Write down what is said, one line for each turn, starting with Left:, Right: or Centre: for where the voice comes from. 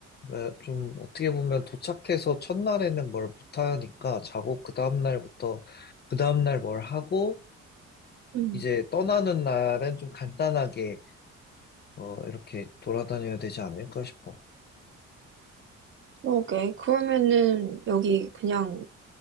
Left: 어, 좀 어떻게 보면 도착해서 첫날에는 뭘 못하니까 자고 그 다음날부터 그 다음날 뭘 하고
Right: 음.
Left: 이제 떠나는 날엔 좀 간단하게 어, 이렇게 돌아다녀야 되지 않을까 싶어.
Right: 오케이. 그러면은 여기 그냥